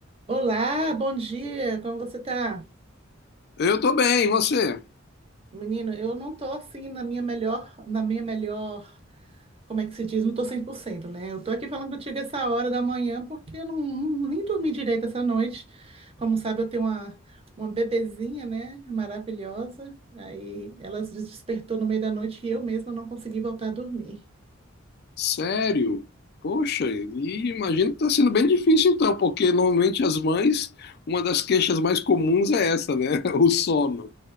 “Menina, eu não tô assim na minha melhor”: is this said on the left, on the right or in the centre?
Right